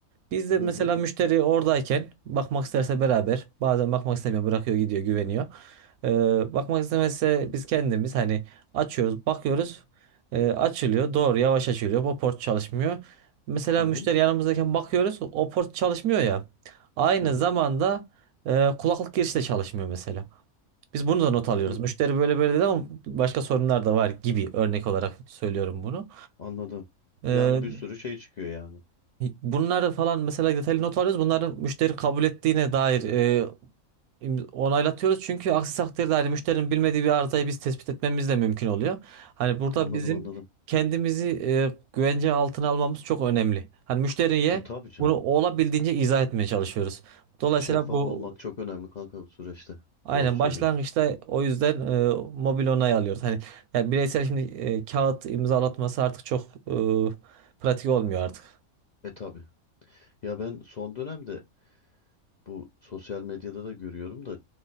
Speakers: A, on the right; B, on the left.
A: Biz de
B: hı
A: mesela
B: hı
A: müşteri oradayken bakmak isterse beraber bazen bakmak istemiyor bırakıyor gidiyor güveniyor. Ee, bakmak istemezse biz kendimiz hani açıyoruz bakıyoruz e, açılıyor doğru yavaş açılıyor o port çalışmıyor. Mesela
B: hı hı
A: müşteri yanımızdayken bakıyoruz o port çalışmıyor ya aynı
B: hı hı.
A: zamanda e, kulaklık girişi de çalışmıyor mesela. Biz bunu da not alıyoruz.
B: hı hı.
A: Müşteri böyle böyle dedi ama başka sorunlar da var gibi örnek olarak söylüyorum bunu.
B: Anladım.
A: Ee,
B: Yani bir sürü şey çıkıyor yani.
A: Bunları falan mesela detaylı not alıyoruz. Bunları müşteri kabul ettiğine dair e, im- onaylatıyoruz. Çünkü aksi takdirde hani müşterinin bilmediği bir arızayı biz tespit etmemiz de mümkün oluyor. Hani burada
B: Anladım
A: bizim
B: anladım.
A: kendimizi e, güvence altına almamız çok önemli. Hani müşteriye
B: E tabii canım.
A: bunu olabildiğince izah etmeye çalışıyoruz. Dolayısıyla
B: Şeffaf
A: bu
B: olmak çok önemli kanka bu süreçte.
A: aynen
B: Doğru söylüyorsun.
A: başlangıçta o yüzden e, mobil onay alıyoruz. Hani ya bireysel şimdi e, kağıt imzalatması artık çok e, pratik olmuyor artık.
B: E tabii. Ya ben son dönemde bu sosyal medyada da görüyorum da